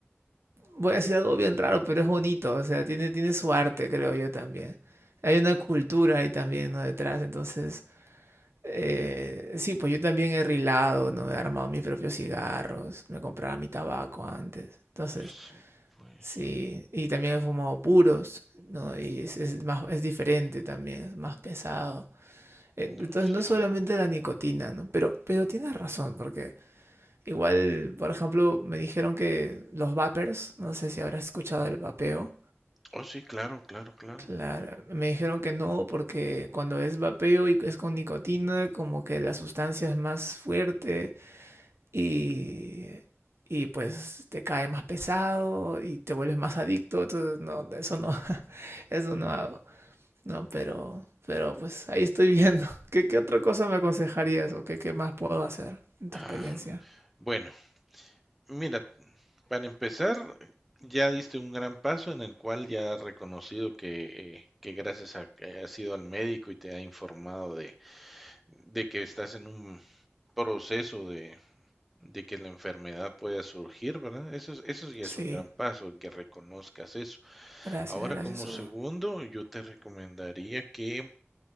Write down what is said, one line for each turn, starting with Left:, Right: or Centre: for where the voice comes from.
Right: voy a decir algo bien raro, pero es bonito, o sea, tiene, tiene su arte, creo yo también. Hay una cultura ahí también, ¿no? Detrás, entonces, eh, sí, pues yo también he rilado, ¿no? He armado mis propios cigarros, me compraba mi tabaco antes, entonces,
Centre: Sí, pues.
Right: sí, y también he fumado puros, ¿no? Y es, es más, es diferente también, es más pesado. Eh,
Centre: No,
Right: Entonces,
Centre: sí.
Right: no es solamente la nicotina, ¿no? Pero, pero tienes razón, porque igual, por ejemplo, me dijeron que los vapers, no sé si habrás escuchado el vapeo,
Centre: Oh, sí, claro, claro, claro.
Right: Claro, me dijeron que no, porque cuando es vapeo y es con nicotina, como que la sustancia es más fuerte y, y pues te cae más pesado y te vuelves más adicto, entonces no, eso no, <laughs> eso no hago, no, pero, pero pues ahí estoy viendo. <laughs> ¿Qué, qué otra cosa me aconsejarías o qué, qué más puedo hacer en tu
Centre: Ah,
Right: experiencia?
Centre: bueno, mira, para empezar, ya diste un gran paso en el cual ya has reconocido que, eh, que gracias a que has ido al médico y te ha informado de, de que estás en un proceso de, de que la enfermedad pueda surgir, ¿verdad? Eso, es- eso ya
Right: Sí,
Centre: es un gran paso, que reconozcas eso.
Right: gracias,
Centre: Ahora,
Right: gracias,
Centre: como
Right: Hugo.
Centre: segundo, yo te recomendaría que